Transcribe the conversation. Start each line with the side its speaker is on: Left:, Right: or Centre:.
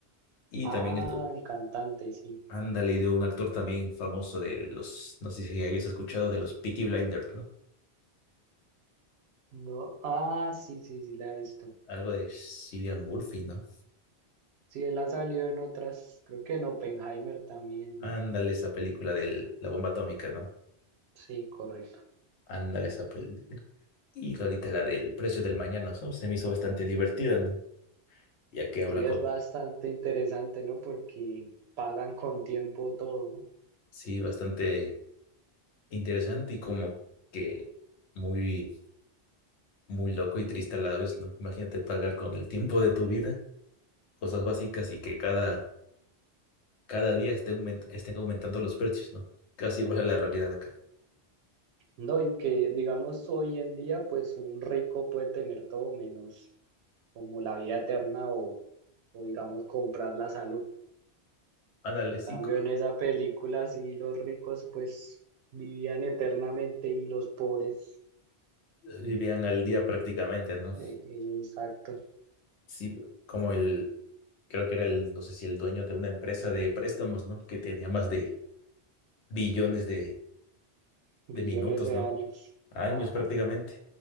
Left: Y
Right: Ah,
Left: también es, de-
Right: el cantante, sí.
Left: ándale, de un actor también famoso de los, no sé si hayas escuchado de los Peaky Blinders, ¿no?
Right: No, ah, sí, sí, sí, la he visto.
Left: Algo de Cillian Murphy, ¿no?
Right: Sí, él ha salido en otras, creo que en Oppenheimer también,
Left: Ándale
Right: ¿no?
Left: esa película de la bomba atómica, ¿no?
Right: Sí, correcto.
Left: Ándale esa película. Y ahorita la del precio del mañana, ¿no? Se me hizo bastante divertida, ¿no? Ya que habla
Right: Sí,
Left: como,
Right: es bastante interesante, ¿no? Porque pagan con tiempo todo, ¿no?
Left: sí, bastante interesante y como que muy, muy loco y triste a la vez, ¿no? Imagínate pagar con el tiempo de tu vida cosas básicas y que cada, cada día esté aument- estén aumentando los precios, ¿no? Casi igual a la realidad de acá.
Right: No, y que digamos hoy en día, pues un rico puede tener todo menos como la vida eterna o, o digamos comprar la salud.
Left: Ándale,
Right: En cambio,
Left: sí, co-
Right: en esa película sí los ricos pues vivían eternamente y los pobres,
Left: vivían al día prácticamente, ¿no?
Right: eh, exacto,
Left: Sí, como el, creo que era el, no sé si el dueño de una empresa de préstamos, ¿no? Que tenía más de billones de
Right: billones
Left: de minutos,
Right: de
Left: ¿no?
Right: años.
Left: Años
Right: Ajá.
Left: prácticamente.